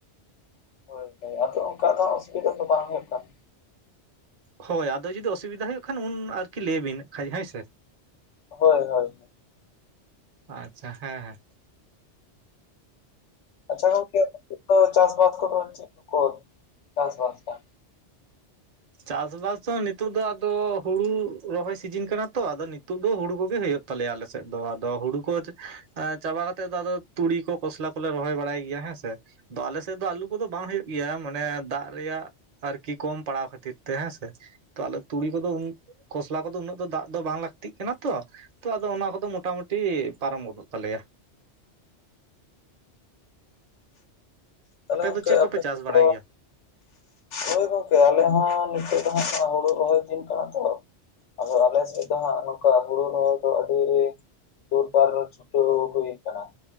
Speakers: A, on the left; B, on the right.
A: ᱦᱳᱭ ᱦᱳᱭ‌ ᱟᱫᱚ ᱚᱱᱠᱟ ᱫᱚ ᱚᱥᱩᱵᱤᱫᱟ ᱫᱚ ᱵᱟᱝ ᱦᱩᱭᱩᱜ ᱠᱟᱱᱟ᱾
B: ᱦᱳᱭ ᱟᱫᱚ ᱡᱩᱫᱤ ᱚᱥᱩᱵᱤᱫᱟ ᱦᱩᱭᱩᱜ ᱠᱷᱟᱱ ᱩᱱ ᱟᱨᱠᱤ ᱞᱟᱹᱭᱟ ᱵᱤᱱ ᱠᱷᱟᱡ ᱦᱚᱭ ᱥᱮ᱾
A: ᱦᱳᱭ ᱦᱳᱭ᱾
B: ᱟᱪᱪᱷᱟ ᱦᱮᱸ ᱦᱮᱸ᱾
A: ᱟᱪᱪᱷᱟ ᱜᱟᱝᱠᱮ ᱟᱯᱮ‌ ᱥᱮᱜ ᱫᱚ ᱪᱟᱥᱼᱵᱟᱥ ᱠᱚᱫᱚ ᱪᱤᱜ ᱠᱚᱠᱚ ᱪᱟᱥᱼᱵᱟᱥᱟ?
B: ᱪᱟᱥ ᱵᱟᱟᱥ ᱫᱚ ᱱᱤᱛᱚᱜ ᱫᱚ ᱟᱫᱚ ᱦᱩᱲᱩ ᱨᱚᱦᱚᱭ ᱥᱤᱡᱤᱱ ᱠᱟᱱᱟ ᱛᱚ ᱟᱫᱚ ᱱᱤᱛᱩᱜ ᱫᱚ ᱦᱩᱲᱩ ᱠᱚᱜᱮ ᱦᱚᱭᱩᱜ ᱼᱼ ᱛᱟᱞᱮᱭᱟ ᱟᱞᱮ ᱥᱮᱜ ᱫᱚ ᱟᱫᱚ ᱦᱩᱲᱩ ᱠᱚ ᱪᱟᱼᱼ ᱟ ᱪᱟᱵᱟ ᱠᱟᱛᱮᱜ ᱫᱚ ᱟᱫᱚ ᱛᱩᱲᱤ ᱠᱚ ᱠᱚᱷᱥᱞᱟ ᱠᱚᱞᱮ ᱨᱚᱦᱚᱭ ᱵᱟᱲᱟᱭ ᱜᱮᱭᱟ ᱦᱮᱸ ᱥᱮ᱾ ᱟᱫᱚ ᱟᱞᱮ ᱥᱮᱜ ᱫᱚ ᱟᱞᱩ ᱠᱚᱫᱚ ᱵᱟᱝ ᱦᱩᱭᱩᱜ ᱜᱮᱭᱟ ᱢᱟᱱᱮ ᱫᱟᱜ ᱨᱮᱭᱟᱜ ᱟᱨᱠᱤ ᱠᱚᱢ ᱯᱟᱲᱟᱣ <unintelligible> ᱼᱼ ᱠᱷᱟᱛᱤᱨ ᱛᱮ ᱦᱮᱸᱥᱮ᱾ ᱛᱚ ᱟᱞᱮ ᱛᱩᱲᱤ ᱠᱚᱫᱚ ᱩᱱ ᱠᱷᱚᱥᱞᱟ ᱠᱚᱫᱚ ᱩᱱᱟᱹᱜ ᱫᱚ ᱫᱟᱜ ᱫᱚ ᱵᱟᱝ ᱞᱟᱠᱛᱤᱜ ᱠᱟᱱᱟ ᱛᱚᱼᱼ ᱛᱚ ᱟᱫᱚ ᱚᱱᱟ ᱠᱚᱫᱚ ᱢᱚᱴᱟᱼᱢᱩᱴᱤ ᱯᱟᱨᱚᱢ ᱜᱚᱫᱚᱜ ᱛᱟᱞᱮᱭᱟ᱾
A: ᱛᱟᱦᱞᱮ ᱜᱟᱝᱠᱮ
B: ᱫᱚ ᱪᱮᱫ ᱠᱚᱯᱮ
A: ᱟᱯᱮ
B: ᱪᱟᱥ
A: ᱥᱮᱜ ᱛᱚᱼᱼ
B: ᱵᱟᱲᱟᱭ ᱜᱮᱭᱟ
A: ᱦᱳᱭ ᱜᱚᱝᱠᱮ ᱟᱞᱮ ᱦᱚᱸ ᱱᱤᱛᱚᱜ ᱫᱚ ᱦᱟᱸᱜ ᱦᱩᱲᱩ ᱨᱚᱦᱚᱭ ᱫᱤᱱ ᱠᱟᱱᱟ ᱛᱚᱼᱼ ᱟᱫᱚ ᱟᱞᱮ ᱥᱮᱡ ᱫᱚ ᱦᱟᱸᱜ ᱱᱚᱝᱠᱟ ᱦᱩᱲᱩ ᱨᱚᱦᱚᱭ ᱠᱚᱫᱚ ᱟᱹᱰᱤ ᱜᱮᱼᱼ ᱡᱳᱨᱫᱟᱨ ᱪᱷᱩᱴᱟᱹᱣ ᱦᱩᱭ ᱠᱟᱱᱟ